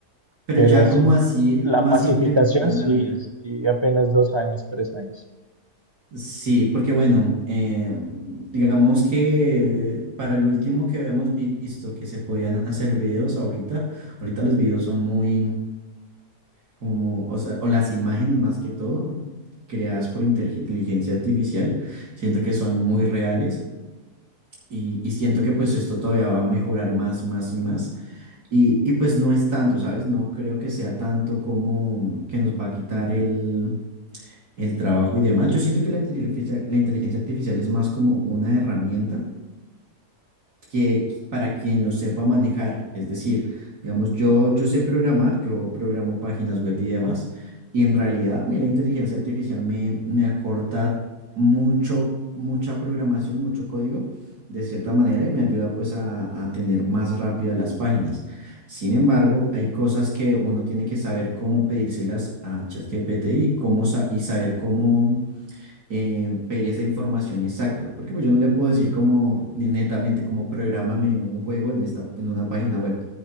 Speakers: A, on the right; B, on the right.
A: pero
B: Pero
A: ya
B: así
A: como así
B: la
A: más
B: masificación
A: implementada
B: sí,
A: en la vida.
B: sí, apenas dos años, tres años.
A: Sí, porque bueno, eh, digamos que para el último que habíamos visto que se podían hacer videos ahorita, ahorita los videos son muy como, o sea, o las imágenes más que todo, creadas por inteligencia artificial, siento que son muy reales y, y siento que pues esto todavía va a mejorar más, más y más. Y, y pues no es tanto, ¿sabes? No creo que sea tanto como que nos va a quitar el el trabajo y demás. Yo siento que la inteligencia, la inteligencia artificial es más como una herramienta que qu- para quien lo sepa manejar. Es decir, digamos, yo, yo sé programar, yo programo páginas web y demás, y en realidad a mí la inteligencia artificial me, me acorta mucho, mucha programación, mucho código. de cierta manera y me ayuda pues a, a tener más rápido las páginas. Sin embargo, hay cosas que uno tiene que saber cómo pedírselas a ChatGPT y cómo sa- y saber cómo eh, pedir esa información exacta, porque pues yo no le puedo decir como ne- netamente como prográmame un juego en esta, en una página web,